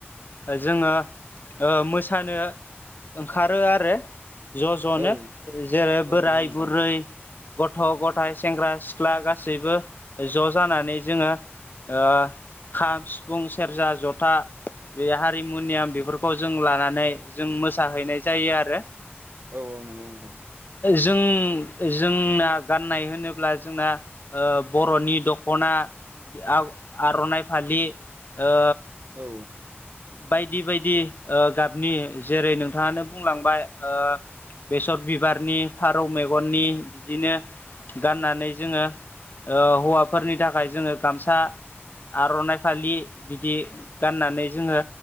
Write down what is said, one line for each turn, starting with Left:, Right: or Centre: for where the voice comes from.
Left: जोङो ओ मोसानो ओंखारो आरो ज' ज'नो
Right: औ
Left: जेरै
Right: औ
Left: बोराय
Right: नंगौ नोंथां
Left: बुरै गथ' गथाय सेंग्रा सिख्ला गासैबो ज' जानानै जोङो ओ खाम सिफुं सेरजा जथा बे हारिमुनियाम बेफोर खौ जों लानानै जों मोसाहैनाय जायो आरो
Right: औ औ नंगौ नोंथां।
Left: जों जोंना गाननाय होनोब्ला जोंना ओ बर'नि दख'ना आ-आर'नाइ फालि ओ
Right: औ
Left: बायदि बायदि ओ गाबनि जेरै नोंथाङानो बुंलांबाय ओ बेसर बिबारनि फारौ मेगननि बिदिनो गाननानै जोङो ओ हौवाफोरनि थाखाय जोङो गामसा आर'नाइ फालि बिदि गाननानै जोङो